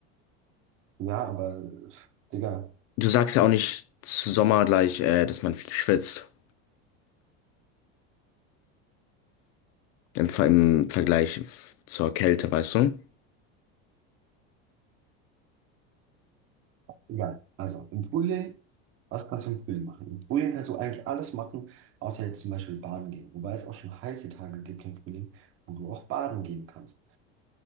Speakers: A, on the right (about 40°); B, on the left (about 45°).
A: Ja, aber, äh, Digga,
B: Du sagst ja auch nicht zu Sommer gleich, äh, dass man viel schwitzt. Im, Ver- im Vergleich f- zur Kälte, weißt du?
A: Ja, also im Frühling, was kannst du im Frühling machen? Im Frühling kannst du eigentlich alles machen, außer jetzt zum Beispiel baden gehen. Wobei es auch schon heiße Tage gibt im Frühling, wo du auch baden gehen kannst.